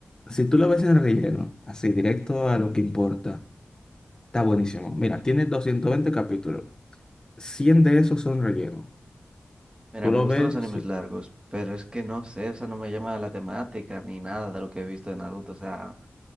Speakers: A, on the left; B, on the right.
A: si tú lo ves en relleno, así directo a lo que importa, está buenísimo. Mira, tiene 220 capítulos. cien de esos son relleno.
B: Mira,
A: Tú lo
B: me gustan
A: ves,
B: los animes
A: sí,
B: largos, pero es que no sé, o sea, no me llama la temática ni nada de lo que he visto de Naruto, o sea,